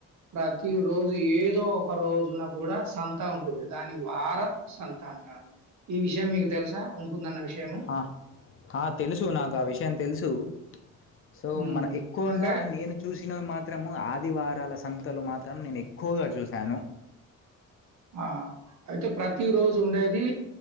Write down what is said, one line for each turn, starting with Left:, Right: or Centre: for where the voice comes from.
Right: ప్రతి రోజు ఏదో ఒక రోజున కూడా సంత ఉంటుంది దాని వార సంత అంటారు ఈ విషయం మీకు తెలుసా? ఉంటుందన్న విషయము?
Left: ఆ అ తెలుసు నాకు ఆ విషయం తెలుసు సు సో
Right: హ్మ్.
Left: మన ఎక్కువ
Right: అంటే
Left: గా నేను చూసి సినవి మాత్రము ఆదివారాల సంతలు మాత్రం నేను ఎక్కువగా చూశాను
Right: అ అయితే ప్రతి రోజు ఉండే the